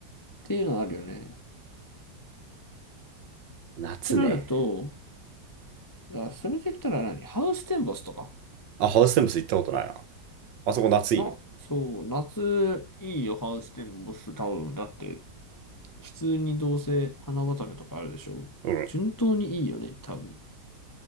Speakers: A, on the left; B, on the right.
A: ていうのはあるよね。っ
B: 夏ね。
A: てなると、だからそれで言ったら何ハウステンボスとか
B: あ、ハウステンボス行ったことないな。あそこ夏いいの。
A: な、そう、夏いいよ、ハウステンボス、多分。だって、普通にどうせ花畑とかあるでしょ順当にいいよね、
B: うん。
A: 多分。